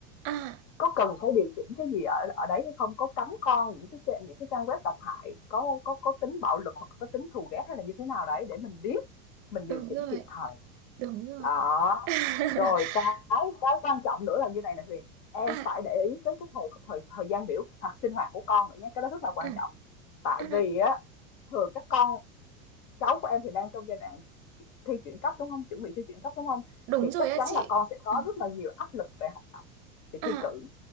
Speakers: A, on the right; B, on the left.
A: à. à.
B: Có cần phải điều chỉnh cái gì ở ở đấy hay không? Có cấm con những cái trang những cái trang web độc hại, có có có tính bạo lực hoặc có tính thù ghét hay là như thế nào đấy để mình biết, mình
A: Đúng
B: điều chỉnh
A: rồi,
B: kịp thời.
A: đúng rồi.
B: Đó.
A: <laughs>
B: Rồi cái cái quan trọng nữa là như này nè Huyền, em
A: À,
B: phải để ý tới cái thời thời thời gian biểu hoặc sinh hoạt của con nữa nhé, cái đó rất là quan
A: à,
B: trọng. Tại
A: à,
B: vì á thường các con cháu của em thì đang trong giai đoạn thi chuyển cấp đúng không? Chuẩn bị thi chuyển cấp đúng không?
A: đúng
B: Thì
A: rồi
B: chắc
A: á
B: chắn
A: chị.
B: là con sẽ có
A: Ừ.
B: rất là nhiều áp lực về học tập, về
A: À,
B: thi cử